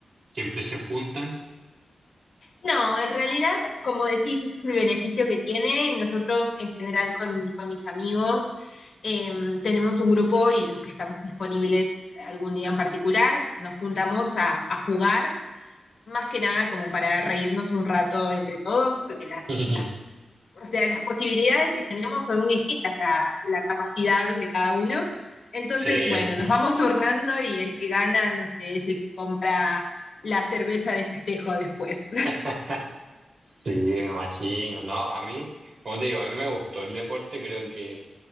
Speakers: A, on the right; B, on the left.
A: siempre se juntan?
B: No, en realidad, como decís, ese es el beneficio que tiene. Nosotros, en general, con, con mis amigos, eh, tenemos un grupo y los que estamos disponibles algún día en particular, nos juntamos a, a jugar, más que nada como para reírnos un rato entre todos, porque las,
A: <laughs>
B: las, o sea, las posibilidades que tenemos son muy distintas, la, la capacidad de cada uno. Entonces,
A: Sí.
B: bueno, nos vamos <laughs> turnando y el que gana, no sé, es el que compra la cerveza de festejo después.
A: <laughs> Sí, me imagino, ¿no? A mí, como te digo, a mí me gustó el deporte, creo que...